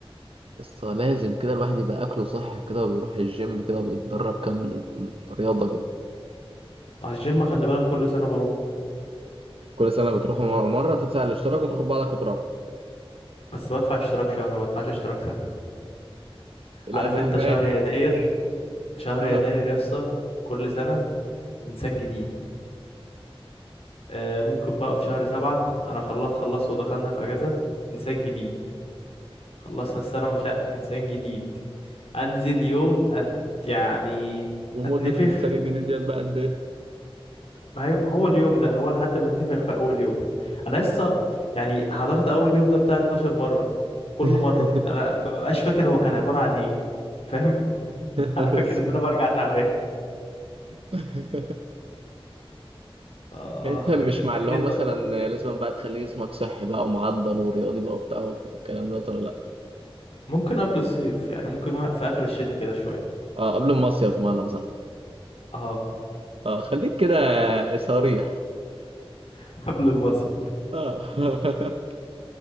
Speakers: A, on the right; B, on the left.
A: يسطا لازم كده الواحد يبقى أكله صحي كده وبيروح الجيم كده وبيتدرب كام رياضة كده
B: على الجيم خلي بالك كل سنه بروح
A: كل سنة بتروح مرة مرة تدفع الاشتراك وتاخد بعضك وتروح
B: بس بدفع اشتراك شهر ما بدفعش اشتراك سنة
A: لا
B: عارف
A: مهما
B: انت شهر يناير شهر
A: <laughs>
B: يناير يا اسطى كل سنة انسان جديد آه ممكن بقى في شهر سبعة انا خلاص خلصت ودخلنا في اجازة انسان جديد خلصنا السنة ومش ه- انسان جديد انزل يوم أت يعني
A: ومدة
B: اتنفخ
A: الإنسان الجديد ديت بقى قد إيه؟
B: ما هي- ما هو اليوم ده هو لحد ما اتنفخ في اول يوم انا لسه يعني حضرت اول يوم ده بتاع 12 مرة كل
A: <laughs>
B: مرة انا مببقاش فاكر هو كان عبارة عن ايه فاهم <laughs>
A: يا
B: انا
A: نهار
B: فاكر
A: أسود.
B: ان انا برجع تعبان
A: <laughs>
B: اه
A: انت مش
B: يعني <laughs> انت
A: مع
B: ايه
A: اللي هو
B: طيب
A: مثلا لازم بقى تخلي جسمك صحي بقى ومعضل ورياضي بقى وبتاع والك- والكلام ده ولا لا
B: ممكن قبل الصيف يعني ممكن وق- في اخر الشتاء كده شويه
A: اه قبل المصيف بمعنى صح
B: اه
A: اه خليك كده صريح
B: <laughs> قبل المصيف
A: اه <laughs>